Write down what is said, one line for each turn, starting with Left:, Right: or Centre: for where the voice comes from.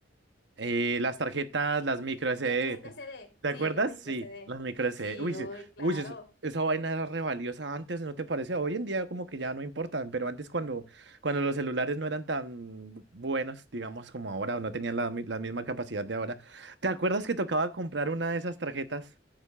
Right: Eh, las tarjetas, las micro SD.
Left: La tarjeta
Right: ¿Te
Left: CD,
Right: te
Left: sí,
Right: acuerdas?
Left: la micro
Right: Sí,
Left: CD.
Right: las micro SD.
Left: Sí,
Right: Uy, sí.
Left: uy, claro.
Right: Uy, sí, es- esa vaina era re valiosa antes, ¿no te parece? Hoy en día como que ya no importan, pero antes cuando, cuando los celulares no eran tan buenos, digamos, como ahora, o no tenían la, mi- la misma capacidad de ahora. ¿Te acuerdas que tocaba comprar una de esas tarjetas